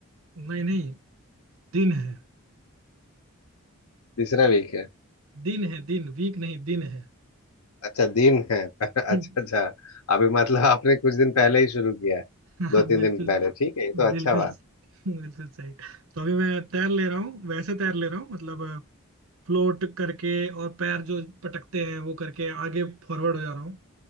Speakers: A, on the right (about 65°); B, on the left (about 80°).
A: नहीं नहीं दिन है
B: तीसरा वीक है
A: दिन है दिन वीक नहीं दिन है
B: अच्छा दिन है <laughs> अच्छा
A: <laughs>
B: अच्छा अभी मतलब आपने कुछ दिन पहले ही शुरू किया है
A: हाँ हाँ,
B: दो तीन
A: बिल्कुल
B: दिन पहले ठीक है ये
A: बिल्कुल
B: तो अच्छा बात
A: बिल्कुल सही तो अभी मैं तैर ले रहा हूँ वैसे तैर ले रहा हूँ मतलब फ्लोट करके और पैर जो पटकते हैं वो करके आगे फॉरवर्ड हो जा रहा हूँ